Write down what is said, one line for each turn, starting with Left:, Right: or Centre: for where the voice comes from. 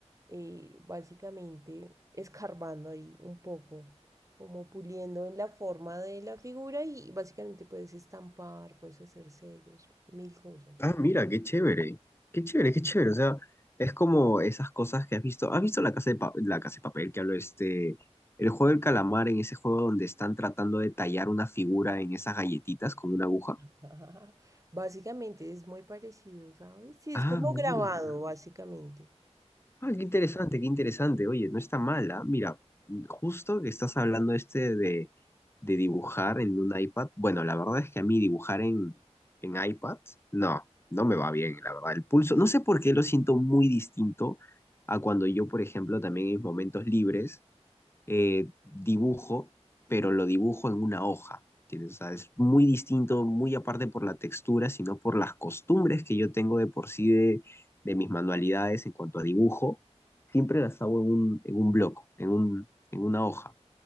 Right: eh, básicamente escarbando ahí un poco, como puliendo en la forma de la figura y básicamente puedes estampar, puedes hacer sellos, mil cosas.
Left: Ah, mira, qué chévere, qué chévere, qué chévere. O sea, es como esas cosas que has visto. ¿Has visto la casa de, Pa- la casa de papel que habló este, el juego del calamar en ese juego donde están tratando de tallar una figura en esas galletitas con una aguja?
Right: <laughs> Ajá. Básicamente es muy parecido, ¿sabes? Sí,
Left: Ah,
Right: es como
Left: mira.
Right: grabado, básicamente.
Left: Ah, qué interesante, qué interesante. Oye, no está mala. Mira, justo que estás hablando este de, de dibujar en un iPad. Bueno, la verdad es que a mí dibujar en, en iPad, no, no me va bien, la verdad. El pulso, no sé por qué lo siento muy distinto a cuando yo, por ejemplo, también en momentos libres eh, dibujo, pero lo dibujo en una hoja, ¿entiendes? O sea, es muy distinto, muy aparte por la textura, sino por las costumbres que yo tengo de por sí de, de mis manualidades en cuanto a dibujo, siempre las hago en un, en un bloco, en un, en una hoja.